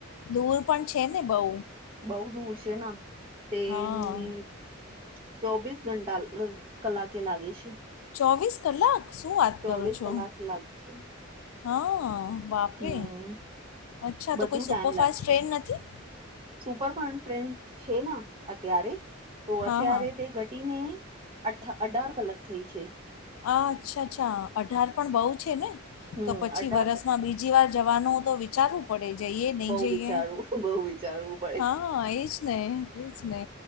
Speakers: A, on the left; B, on the right.
A: દૂર પણ છે ને બહુ.
B: બહુ દૂર છે તે
A: હા
B: મીન્સ ચોબીસ ઘંટા કલાકે લાગે છે.
A: ચોવીસ કલાક શું વાત
B: ચોવીસ
A: કરો છો?
B: કલાક લાગશે
A: હા બાપ પરી
B: હમ
A: અચ્છા
B: બધું
A: તો કોઈ સુપરફાસ્ટ
B: ટાઈમ લાગશે
A: ટ્રેન નથી.?
B: સુપર પણ ટ્રેન્ડ છે અત્યારે તો
A: હા
B: અત્યારે
A: હા
B: તે ઘટીને અ અઢાર કલાક થઈ છે.
A: આ અચ્છા અચ્છા અઢાર પણ બઉ છે ને
B: હમ
A: તો પછી
B: અઢાર
A: વરસમાં
B: તો
A: બીજ બીજી વાર જવાનું તો વિચારું પડે જઈએ નહી
B: બઉ
A: જઈએ
B: વિચારવું બઉ
A: <unintelligible>
B: વિચારવું પડે
A: હા એજ નહ એજ ને.